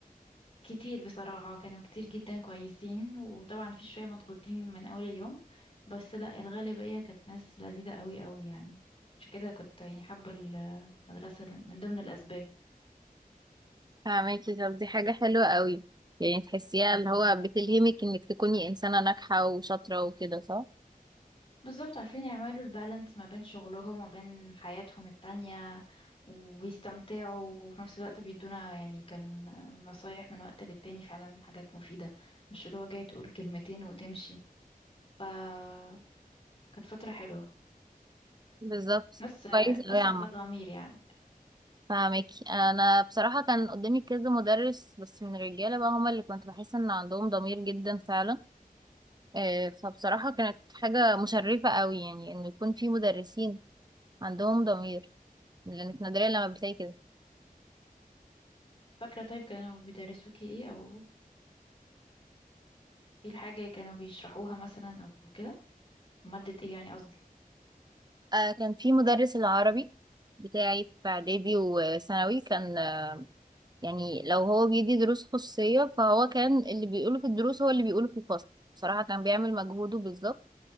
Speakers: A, on the left; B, on the right.
A: كتير بصراحة كانوا كتير جدا كويسين وطبعا في شوية مضغوطين من أول اليوم بس لا الغالبية كانت ناس لذيذة قوي قوي يعني عشان كده كنت يعني حابة المدرسة من ضمن الأسباب
B: فاهماكي طب دي حاجة حلوة قوي يعني تحسيها اللي هو بتلهمك انك تكوني انسانة ناجحة وشاطرة وكده صح
A: بالظبط عارفين يعملوا البالانس ما بين شغلهم وما بين حياتهم التانية وبيستمتعوا وفي نفس الوقت بيدونا يعني كان نصايح من وقت للتاني فعلا حاجات مفيدة مش اللي هو جاي تقول كلمتين وتمشي فكانت فترة حلوة
B: بالظبط
A: ناس
B: كويس قوي
A: ناس
B: يا عم
A: عندها ضمير يعني
B: فاهماكي انا بصراحة كان قدامي كذا مدرس بس من الرجالة بقى هما اللي كنت بحس ان عندهم ضمير جدا فعلا آه، فبصراحة كانت حاجة مشرفة قوي يعني انه يكون في مدرسين عندهم ضمير لانك نادرا لما بتلاقي كده
A: فاكرة طيب كانوا بيدرسوكي ايه او ايه الحاجة اللي كانوا بيشرحوها مثلا او كده مادة ايه يعني قصدي
B: آه كان في مدرس العربي بتاعي في إعدادي وثانوي كان آه يعني لو هو بيدي دروس خصوصية فهو كان اللي بيقوله في الدروس هو اللي بيقوله في الفصل بصراحة كان بيعمل مجهوده بالظبط